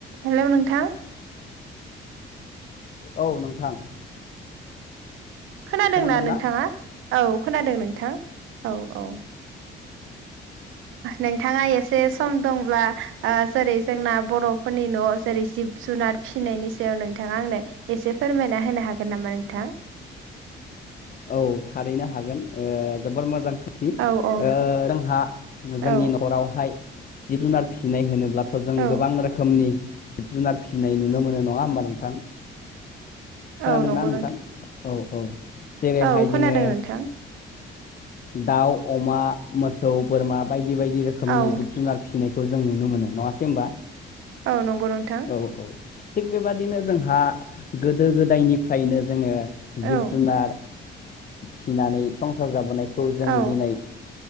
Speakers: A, on the right (about 85°); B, on the left (about 45°).
A: हेल' नोंथां
B: औ नोंथां
A: खोनादों
B: खोनादोंना
A: ना नोंथाङा औ खोनादों नोंथां औ औ नोंथाङा एसे सम दंब्ला जेरै जोंना बर'फोरनि न' जेरै जिब जुनार फिसिनायनि सायाव नोंथाङा आंनो एसे फोरमायना होनो हागोन नामा नोंथां
B: औ थारैनो हागोन जोबोर मोजां सोंथि
A: औ औ
B: जोंहा जोंनि
A: औ
B: न'खरावहाय जिब जुनार फिसिनाय होनोब्ला थ जों
A: औ
B: गोबां रोखोमनि जिब जुनार फिसिनाय नुनो मोनो नङा होमबा नोंथां खोनादोंना
A: औ नंगौ
B: नोंथां औ औ जेरैहाय
A: औ खोनादों
B: जोङो
A: नोंथां
B: दाउ अमा मोसौ बोरमा बायदि बायदि रोखोमनि
A: औ
B: जिब जुनार फिनायखौ जों नुनो मोनो नङासै होनबा
A: औ नंगौ नोंथां
B: औ औ थिग बेबादिनो जोंहा गोदो गोदायनिफ्रायनो जोङो जिब
A: औ
B: जुनार फिनानै संसार जाबोनायखौ जों
A: औ
B: दिनै